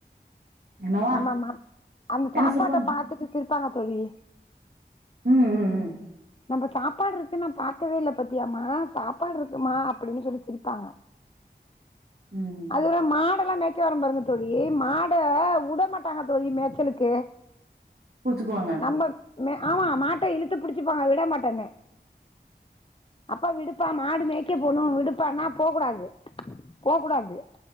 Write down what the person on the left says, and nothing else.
நம்ம மம் அந்த
சாப்பாட்ட
பாத்துட்டு சிரிபாங்க தோழி
நம்ம சாப்பாடு இருக்கு நா பா பாக்கவேல பத்தியாமா சாப்பாடு இருக்குமா அப்டின்னு சொல்லி சிரிப்பாங்க
அதுர மாடெல்லா மேய் க்கரம் பாருங்க தோழி மாட உட மாட்டாங்க தோழி மேச்சலுக்கு
நம்ப ஆமா மாட்ட இழுத்து புடுச்சுப்பாங்க விட மாட்டன்னு அப்பா விடுப்பா மாடு மேய்க்க போனு விடுப்பான்னா போ கூடாது போ கூடாது